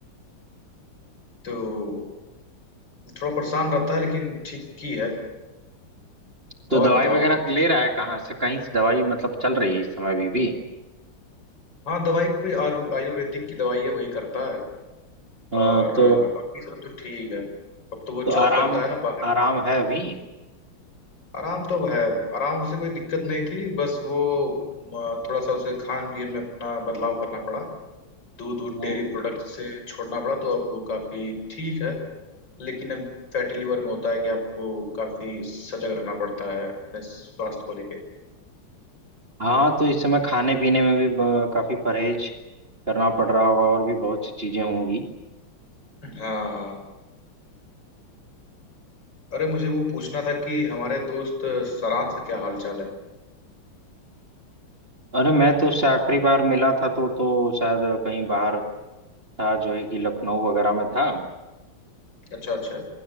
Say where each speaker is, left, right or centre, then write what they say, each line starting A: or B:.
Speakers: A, on the left (about 55°); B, on the right (about 25°).
A: तो थोड़ा परेशान रहता है लेकिन ठीक ही है
B: तो
A: और
B: दवाई
A: बताओ
B: वगैरह ले रहा है कहाँ से कहीं से दवाई मतलब चल रही है इस समय अभी भी
A: हाँ दवाई कोई आयु- आयुर्वेदिक की दवाई है वही करता है
B: अ,
A: और
B: तो
A: अ, बाकी सब तो ठीक है अब तो वो
B: तो आराम
A: जॉब करता है ना बाहर
B: आराम है अभी
A: आराम तो अब है आराम उसे कोई दिक्कत नहीं थी बस वो म, थोड़ा सा उसे खान पीन में अपना बदलाव करना पड़ा दूध दूध
B: हम्म।
A: डेयरी प्रोडक्ट से छोड़ना पड़ा तो अब वो काफी ठीक है लेकिन अब फैटी लिवर में होता है कि आपको काफी सजग रहना पड़ता है अपने स्वास्थ्य को लेके
B: हाँ तो इस समय खाने पीने में भी ब- काफी परहेज करना पड़ रहा होगा और भी बहुत सी चीजें होंगी
A: हाँ हाँ अरे मुझे वो पूछना था कि हमारे दोस्त सरांश का क्या हाल चाल है
B: अरे मैं तो उससे आखिरी बार मिला था तो तो शायद कहीं बाहर था जो है कि लखनऊ वगैरह में था
A: अच्छा अच्छा